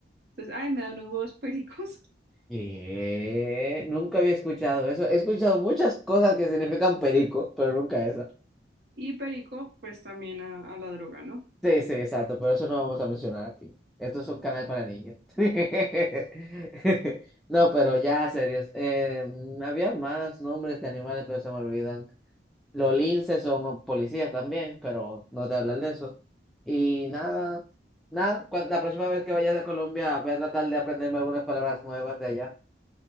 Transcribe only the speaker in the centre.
¿Qué? Nunca había escuchado eso. He escuchado muchas cosas que significan perico, pero nunca esa.
Sí, sí, exacto, pero eso no lo vamos a mencionar aquí. Esto es un canal para niños. <laughs> No, pero ya, serios. Eh, había más nombres de animales, pero se me olvidan. Los linces son policías también, pero no te hablan de eso. Y nada, nada, cuan- la próxima vez que vayas a Colombia voy a tratar de aprenderme algunas palabras nuevas de allá.